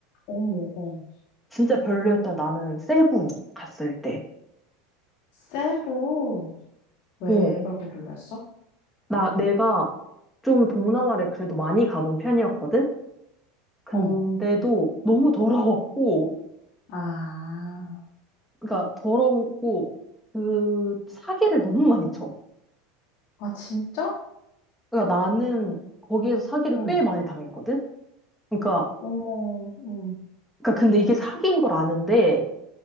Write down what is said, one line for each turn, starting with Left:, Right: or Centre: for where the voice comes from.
Left: 어머, 어.
Centre: 진짜 별로였다. 나는 세부 갔을 때,
Left: 세부, 왜
Centre: 어,
Left: 그렇게 별로였어?
Centre: 나, 내가 좀 동남아를 그래도 많이 가본 편이었거든? 근데도
Left: 어.
Centre: 너무 더러웠고,
Left: 아,
Centre: 그러니까 더럽고 그 사기를 너무 많이 쳐.
Left: 아, 진짜?
Centre: 그러니까 나는 거기에서 사기를
Left: 응.
Centre: 꽤 많이 당했거든. 그러니까
Left: 어머, 응.
Centre: 그러니까 근데 이게 사기인 걸 아는데